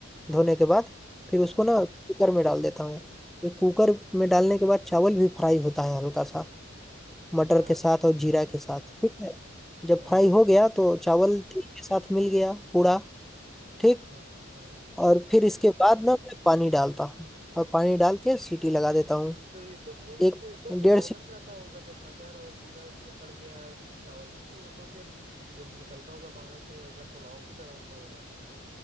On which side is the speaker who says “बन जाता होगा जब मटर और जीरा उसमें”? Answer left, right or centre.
Right